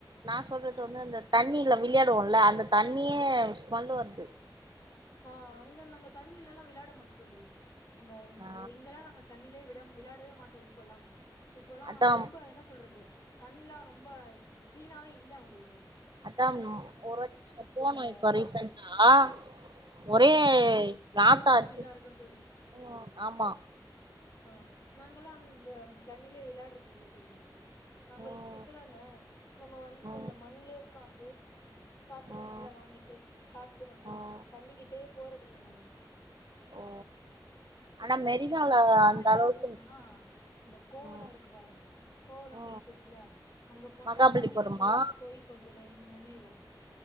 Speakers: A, on the right; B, on the left.
A: நா சொல்றது
B: ம்
A: வந்து அந்த தண்ணில விளையாடுவோம்ல அந்த தண்ணியே ஸ்மெல் வருது
B: ஆ அங்க நாங்க தண்ணீலெல்லா விளாட மாட்டோ தோழி நம்ம இங்க
A: ஆ
B: இங்கல்லா நாங்க தண்ணிலே விட விளாடவே மாட்டோ இப்பல்லா இப்போல்லா
A: அதா
B: ரொம்ப என்ன சொல்றது தண்ணிலா ரொம்ப கிளீனாவே இல்ல உங்களுக்கு
A: அக்கா ஒரு வாட்டி நாங்க போனோ
B: இந்த
A: இப்ப ரீசன்டா ஒரே
B: ம்
A: நாத்தோ
B: கவுச்சி
A: அச்சு
B: ஸ்மெல்லா இருக்குன்னு
A: உ ஆமா
B: அ நாங்கல்லா அந்த தண்ணிலயே விளையாடுறது இல்ல தோழி நம்மளுக்கு
A: ம்
B: கிட்டதான நம்ம வந்துட்டு
A: ம்
B: இந்த மண்ணுல உக்காந்து காத்துல்லா
A: ம்
B: நல்லா வாங்கிட்டு சாப்டுட்டு வந்துருவோ
A: ம்
B: தண்ணிக்கிட்டயே போறதுல்ல நம்ப
A: ஓ
B: நம்ம
A: ஆனா
B: தண்ணிக்கிட்ட
A: மெரினால
B: போணுனா
A: அந்த
B: எங்க
A: அளவுக்கு
B: போவோனா இந்த கோவல
A: ம்
B: இருக்கு பாருங்க கோவலம்
A: ஓ
B: பீச் இருக்குல்ல அங்க போனதா
A: மகாபலிபுரமா
B: தண்ணில கை போய் கொஞ்சோ நெ நெனைவோ